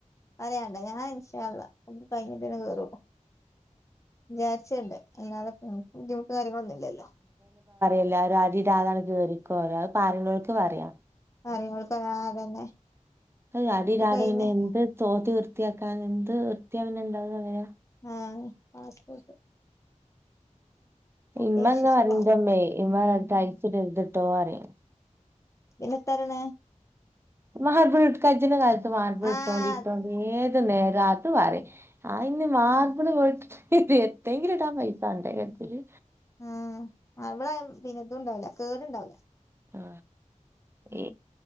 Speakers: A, on the left; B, on the right.
A: പറയാണ്ടോ ഞാന് ഇൻഷാ അള്ളാ ഫുള്ള് കഴിഞ്ഞിട്ടെന്നെ കേറോള്ളൂ വിചാരിച്ച്ണ്ട് അല്ലാതപ്പ ഞമ്മക്ക് ബുദ്ധിമുട്ട് കാര്യങ്ങളൊന്നുല്ലല്ലോ
B: എല്ലാരും അടിടാതങ്ങട് കേറിക്കോറയും. അത് പറയ്ണോൽക്ക് പറയ.
A: പറിയ്ണോൽക്ക് ആ അതന്നെ.
B: അഹ് അടി
A: ഒക്കെ
B: ഇടാതെ
A: കഴിഞ്ഞ്
B: പിന്നെ എന്ത് തോത്തി വൃത്തിയാക്കാന. എന്ത് വൃത്തിയ പിന്നെണ്ടാവ ല്ലേ
A: ആഹ് പാസ്പോർട്ട്. അപേക്ഷിച്ച
B: ഇമ്മങ്ങനെ പറയും
A: ഫോമ്
B: ഇൻ്റെമ്മേ <unintelligible> ടൈൽസ് ഇടര്ത്ട്ടോറിയും
A: പിന്നെ എത്താറ്യ്ണെ
B: മാർബിൾ ഇട് കജ്ന കാലത്ത് മാർബിൾ
A: ആഹ്
B: ഇട്ടോണ്ടി ഇട്ടോണ്ടി ഏ ത് നേരോം അത് പറയും. അയിന് മാർബിൾ പോയിട്ട് എത്തെങ്കിലും ഇടാൻ പൈസ വാണ്ടേ കച്ചില്
A: ഉം മാർബിളായ പിന്നെ ഇതും ണ്ടാവില്ല കേടുണ്ടാവില്ല.
B: ആ ഇ